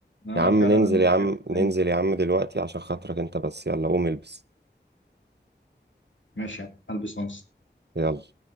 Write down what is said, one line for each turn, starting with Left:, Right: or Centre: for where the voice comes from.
Left: إن انا
Right: يا عم
Left: فعلا
Right: ننزل
Left: انا ماليش
Right: يا عم
Left: غير في الايام
Right: ننزل
Left: دي
Right: يا عم دلوقتي عشان خاطرك انت بس يلا قوم البس
Left: ماشي يعني هلبس وانس
Right: يلا